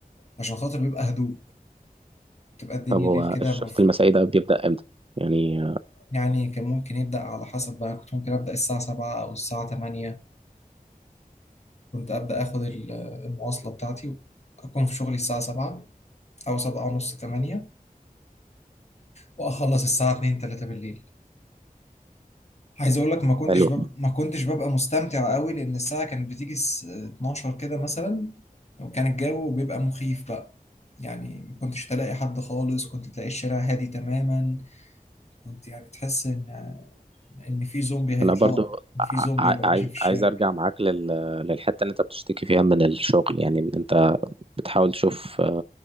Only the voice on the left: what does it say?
عشان خاطر بيبقى هدوء تبقى الدنيا
ليل كده
مف...
يعني كان ممكن يبدأ على حسب بقى كنت ممكن أبدأ الساعة 7 او الساعة 8 كنت أبدأ اخد ال- المواصلة بتاعتي اكون في شغلي الساعة 7 او 7 ونص 8 واخلص الساعة 2 3 بالليل عايز اقول لك ما كنتش
بب... ما كنتش ببقى مستمتع قوي لان الساعه كانت بتيجي الس- 12 كده مثلا وكان الجو بيبقى مخيف بقى يعني ما كنتش تلاقي حد خالص كنت تلاقي الشارع هادي تماما كنت يعني تحس ان ان في زومبي هيطلعوا
ان
في زومبي هيبقى
ماشي في الشارع